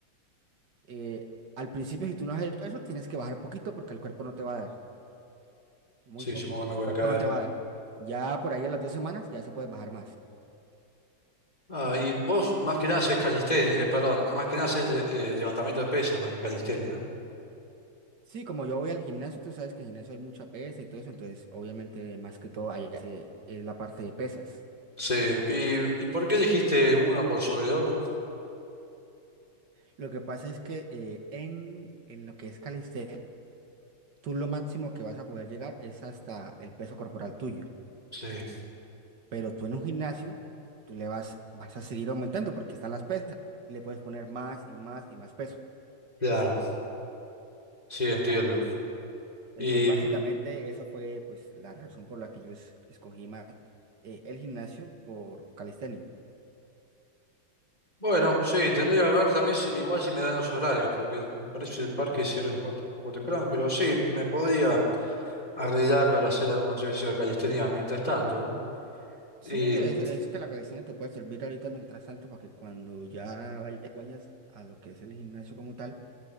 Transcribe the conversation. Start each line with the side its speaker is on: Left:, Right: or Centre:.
Right: Eh, al principio, si tú no has hecho eso, tienes que bajar poquito porque el cuerpo no te va a dar. Muy
Left: Sí,
Right: poquito.
Left: supongo que me
Right: El
Left: voy
Right: cuerpo
Left: a caer.
Right: no te va a dar. Ya por ahí a las dos semanas ya se puede bajar más.
Left: Ah, y vos más que nada haces calistenia, eh, perdón, más que nada haces eh, levantamiento de pesas más que calistenia, ¿no?
Right: Sí, como yo voy al gimnasio, tú sabes que en el gimnasio hay mucha pesa y todo eso, entonces obviamente más que todo ahí se- es la parte de pesas.
Left: Sí, ¿y, y por qué dijiste uno por sobre otro?
Right: Lo que pasa es que eh, en, en lo que es calistenia, tú lo máximo que vas a poder llegar es hasta el peso corporal tuyo,
Left: Sí,
Right: pero tú en un gimnasio, tú le vas, vas a seguir aumentando porque están las pesas, le puedes poner más y más y más peso.
Left: claro, sí, entiendo.
Right: Entonces,
Left: Y
Right: básicamente,
Left: mm,
Right: eso fue pues la razón por la que yo es- escogí más eh, el gimnasio por calistenia.
Left: bueno, sí, tendría que ver también si- igual si me dan los horarios, porque parece que el parque cierra un po- poco temprano, pero sí, me podría arreglar para hacer algunos ejercicios de calistenia mientras tanto,
Right: Sí,
Left: ¿no?
Right: es, es que la calistenia te puede servir ahorita mientras tanto para que cuando ya vayas, vayas a lo que es el gimnasio como tal,